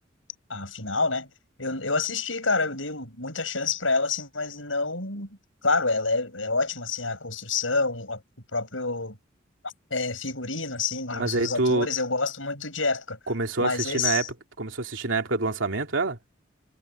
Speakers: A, on the left; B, on the right.
A: a final, né? Eu, eu assisti, cara, eu dei muita chance pra ela, assim, mas não. Claro, ela é, é ótima, assim, a construção, a- o próprio é, figurino, assim, dos,
B: Mas
A: dos
B: aí tu
A: atores, eu gosto muito de época.
B: começou
A: Mas
B: a assistir
A: esse,
B: na época, tu começou a assistir na época do lançamento, ela?